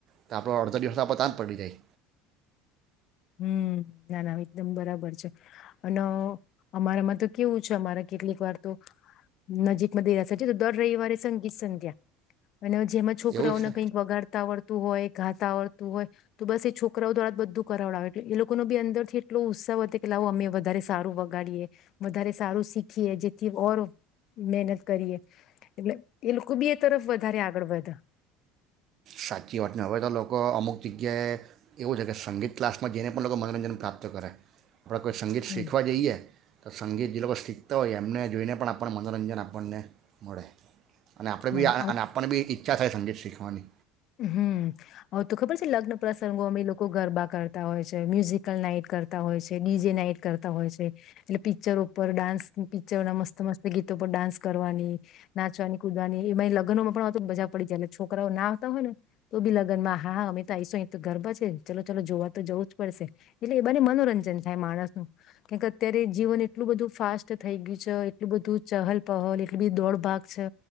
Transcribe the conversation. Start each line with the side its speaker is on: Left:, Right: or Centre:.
Right: તો આપણો અડધો દિવસ આપ ત જ પડી જાય.
Left: હમ્મ ના ના એકદમ બરાબર છે અન અમારામાં તો કેવું છે અમારે કેટલીક વાર તો નજીકમાં દઈરા છે તો દર રવિવારે સંગીત સંધ્યા. અને જેમાં છોકરાઓને
Right: એવું છે
Left: કંઈક વગાડતા આવડતું હોય. ઘાતા આવડતું હોય તો બસ એ છોકરાઓ દોરા બધું કરાવડ એ લોકોનો બી અંદરથી એટલો ઉત્સાહ હતો કે લાવો અમે વધારે સારું વગાડીએ વધારે સારું શીખીએ જેથી ઓર મહેનત કરીએ એટલે એ લોકો બી એ તરફ વધારે આગળ વધ.
Right: સાચી વાત ને હવે તો લોકો અમુક જગ્યાએ એવું જ કે સંગીત ક્લાસમાં જઈને પણ લોકો મનોરંજન પ્રાપ્ત કરે. આપણા કોઈ સંગીત
Left: હમ
Right: શીખવા જઈએ તો સંગીત જે લોકો શીખતા હોય એમને જોઈને પણ આપણ મનોરંજન આપણને મળે. અને આપણે
Left: ના
Right: બી
Left: ના
Right: આ અને આપણને બી ઈછા થાય સંગીત શીખવાની.
Left: હમ્મ હ તો ખબર છે લગ્ન પ્રસંગો અમે એ લોકો ગરબા કરતા હોય છે મ્યુઝિકલ નાઈટ કરતા હોય છે ડીજે નાઈટ કરતા હોય છે. એટલે પિચ્ચરો ઉપર ડાન્સ નું પિચ્ચર ના મસ્ત મસ્ત ગી તો ડાન્સ કરવાની નાચવાની કુદવાની એમાં લગ્નોમાં પણ તો મજા પડી જાય છોકરાઓ ના હોય ને તો બી લગન માં હા હા અમિતા આઈશો તો ગરબ છે ચલો ચાલો જોવા તો જવું જ પડશે એટલે એ બને મનોરંજન થાય માણસ નું કેમ અત્યારે જીવન એટલું બધું ફાસ્ટ થઈ ગયું છે. એટલ બધું ચહલ પહલ એટલી બધ દોડ ભાગ છે